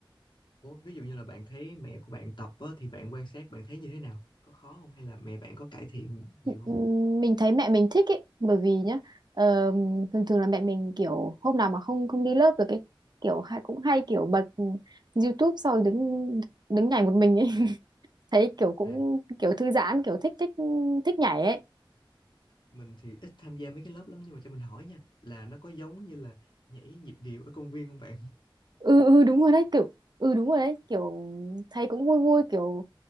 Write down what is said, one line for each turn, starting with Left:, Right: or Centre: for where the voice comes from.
Left: Ủa, ví dụ như là bạn thấy mẹ của bạn tập á, thì bạn quan sát bạn thấy như thế nào? Có khó không hay là mẹ bạn có cải thiện
Right: Ừm,
Left: nhiều không?
Right: mình thấy mẹ mình thích ấy bởi vì nhá ờ, thường thường là mẹ mình kiểu hôm nào mà không không đi lớp được ấy kiểu hay cũng hay kiểu bật YouTube sau đứng đứng nhảy một mình ấy <laughs> thấy kiểu cũng
Left: À,
Right: kiểu thư giãn kiểu thích thích thích nhảy ấy
Left: mình thì ít tham gia mấy cái lớp lắm nhưng mà cho mình hỏi nha là nó có giống như là nhảy nhịp điệu ở công viên không bạn
Right: ừ ừ đúng rồi đấy kiểu ừ đúng rồi đấy kiểu thấy cũng vui vui kiểu